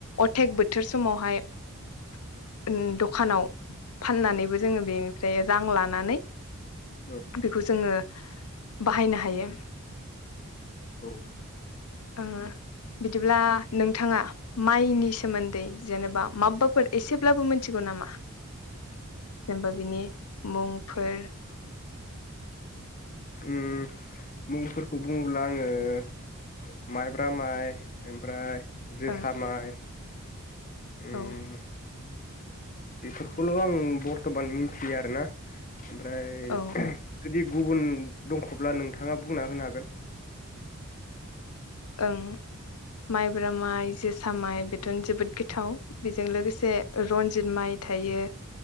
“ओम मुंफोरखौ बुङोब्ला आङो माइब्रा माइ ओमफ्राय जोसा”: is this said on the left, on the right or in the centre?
Left